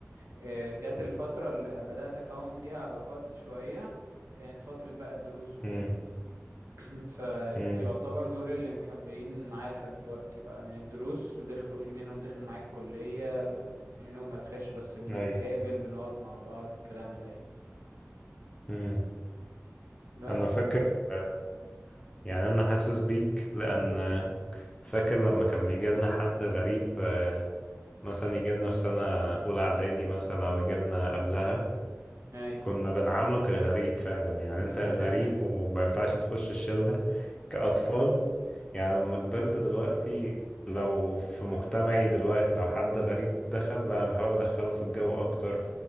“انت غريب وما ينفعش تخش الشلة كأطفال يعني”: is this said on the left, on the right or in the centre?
Left